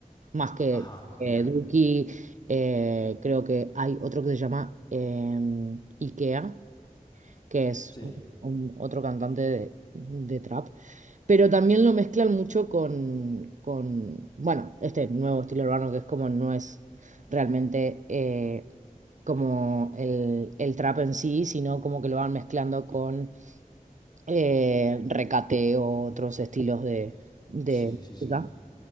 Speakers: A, on the right (about 60°); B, on the left (about 30°).
A: Más que
B: Ajá,
A: eh,
B: ya,
A: Duki, eh, creo que hay otro que se llama em, Ikea que es
B: sí,
A: un- un- otro cantante de, de trap, pero también lo mezclan mucho con, con, bueno, este nuevo estilo urbano que es como no es realmente eh, como el, el trap en sí, sino como que lo van mezclando con eh, recateo, otros estilos de, de
B: sí, sí, sí.
A: música.